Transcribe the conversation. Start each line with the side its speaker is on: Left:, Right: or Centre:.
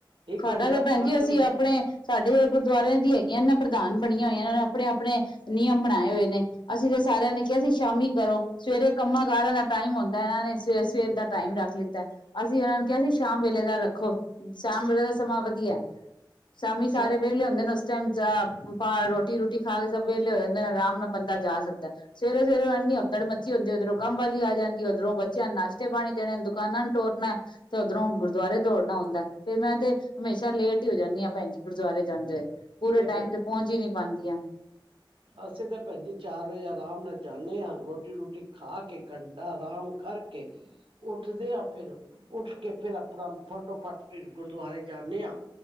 Right: ਇੱਕ ਘੰਟਾ
Left: ਨਾਲੇ ਭੈਣ
Right: ਪਾਠ
Left: ਜੀ ਅਸੀਂ ਆਪ ਆਪਣੇ ਸਾਡੇ ਗੁਰਦੁਆਰਿਆਂ ਦੀ ਹੈਗੀਆਂਨਾਂ ਪ੍ਰਧਾਨ ਬਣੀਆਂ ਹੋਈਆਂ, ਇਹਨਾ ਨੇ ਆਪਣੇ- ਆਪਣੇ ਨਿਯਮ ਬਣਾਏ ਹੋਏ ਨੇ। ਅਸੀਂ ਤੇ ਸਾਰਿਆਂ ਨੇ ਕਿਹਾ ਸੀ ਸ਼ਾਮੀ ਕਰੋ, ਸਵੇਰੇ ਕੰਮਾਂ ਕਾਰਾਂ ਦਾ ਟਾਈਮ ਹੁੰਦਾ। ਹੁੰਦਾਂ, ਇਹਨਾਂ ਨੇ ਸਵੇਰ-ਸਵੇਰ ਦਾ ਟਾਈਮ ਰੱਖ ਲਿੱਤਾ, ਅਸੀਂ ਇਹਨਾਂ ਨੂੰ ਕਿਹਾ ਸੀ ਸ਼ਾਮ ਵੇਲੇ ਦਾ ਰੱਖੋ। ਸ਼ਾਮ ਵੇਲੇ ਦਾ ਸਮਾਂ ਵਧੀਆ ਐ ਸ਼ਾਮੀ ਸਾਰੇ
Right: ਸਾ
Left: ਵੇਲੇ ਵਿਹਲੇ ਹੁੰਦੇ ਨੇ ਉਸ ਟਾਈਮ ਚਾਹ ਪਾ ਰੋਟੀ- ਰੂਟੀ ਖਾ ਕੇ ਸਭ ਵਿਹਲੇ ਹੋ ਜਾਂਦੇ ਨੇ, ਆਰਾਮ ਨਾਲ ਬੰਦਾ ਜਾ ਸਕਦਾ। ਸਵੇਰੇ-ਸਵੇਰੇ ਰਹਦੀ ਹਫਦੜ ਮੱਚੀ-ਹੁੰਦੀ, ਉੱਰੋਂ ਕੰਮ ਵਾਲੀ ਆ ਜਾਂਦੀ, ਉੱਧਰੋਂ ਬੱਚਿਆਂ ਨੂੰ ਨਾਸ਼ਤੇ ਪਾਣੀ- ਦੇਣੇਣ ਦੁਕਾਨਾਂ ਨੂੰ ਟੁਰਨਾ ਏ ਤੇ ਉੱਧਰੋਂ ਹੁਣ ਗੁਰਦੁਆਰੇ ਦੌੜਨਾ ਆਉਂਦਾ। ਫੈਰ ਮੈਂ ਤੇ ਹਮੇਸ਼ਾ ਲੇਟ ਹੀ ਹੋ ਜਾਂਦੀ ਹਾਂ ਭੈਣ ਜੀ ਗੁਰਦੁਆਰੇ ਜਾਂਦੇ ਹੋਏ ਪੂਰੇ
Right: ਨਹੀਂ
Left: ਟਾਈਮ
Right: ਭੈਣ
Left: ਤੇ ਪਹੁੰਚ ਹੀ ਨਹੀ ਬਣਦੀਆਂ।
Right: ਅਸੀਂ ਤਾਂ ਭੈਜੀ ਚਾਰ ਵਜੇ ਆਰਾਮ ਨਾਲ ਜਾਂਦੇ ਹਾਂ ਰੋਟੀ- ਰੂਟੀ ਖਾ ਕੇ ਘੰਟਾ ਆਰਾਮ ਕਰਕੇ। ਉੱਠਦੇ ਹਾਂ ਫਿਰ, ਉੱਠ ਕੇ ਫਿਰ ਆਪਣਾ ਫਟੋ ਫਟ ਫਿਰ ਗੁਰਦੁਆਰੇ ਜਾਂਦੇ ਹਾਂ।